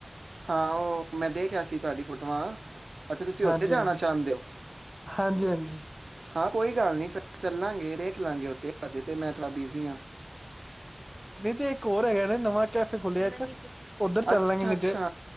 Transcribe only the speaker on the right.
ਹਾਂ ਉਹ ਮੈਂ ਦੇਖਿਆ ਸੀ ਤੁਹਾਡੀ ਫੋਟੋ ਵਾਹ। ਅੱਛਾ ਤੁਸੀਂ
ਉੱਥੇ ਜਾਣਾ ਚਾਹੁੰਦੇ ਹੋ।
ਹਾਂ ਕੋਈ ਗੱਲ ਨਹੀਂ ਫਿਰ ਚੱਲਾਂਗੇ। ਦੇਖ ਲਾਂਗੇ ਉੱਥੇ। ਹਜੇ ਤੇ ਮੈਂ ਥੋੜਾ ਬਿਜ਼ੀ ਹਾਂ।
ਅੱਛਾ
ਅੱਛਾ